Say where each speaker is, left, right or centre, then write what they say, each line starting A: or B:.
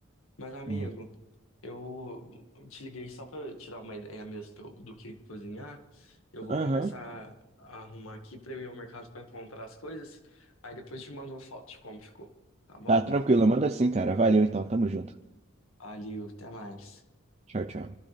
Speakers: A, on the left; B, on the right.
A: Mas, amigo,
B: Uhum.
A: eu te liguei só pra tirar uma ideia mesmo pra eu- do que cozinhar. Eu vou
B: Aham.
A: começar a arrumar aqui pra eu ir ao mercado pra comprar as coisas. Aí depois eu te mando uma foto de como ficou, tá bom?
B: Tá tranquilo, manda assim, cara. Valeu então, tamo junto.
A: Valeu, até mais.
B: Tchau, tchau.